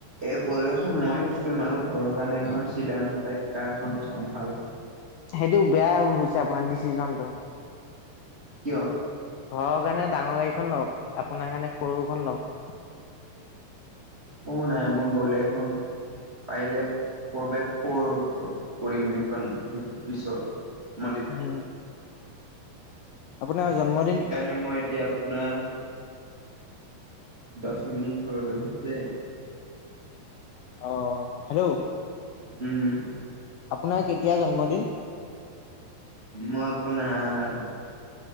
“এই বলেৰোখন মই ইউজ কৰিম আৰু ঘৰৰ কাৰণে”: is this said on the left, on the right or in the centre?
Right